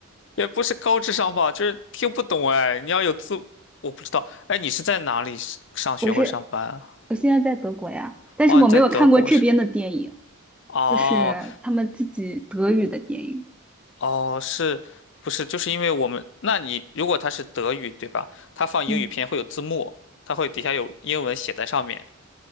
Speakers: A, on the left; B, in the centre.
A: 也不是高智商吧，就是听不懂哎。你要有字，我不知道，哎，你是在哪里上学或者上班啊？
B: 我是我现在在德国呀，但是我没有看过这边的电影，
A: 哦，你在德国是？哦
B: 就是他们自己德语的电影。
A: 哦，是不是？就是因为我们，那你如果他是德语对吧？他放英语片会有字幕，
B: 嗯
A: 他会底下有英文写在上面。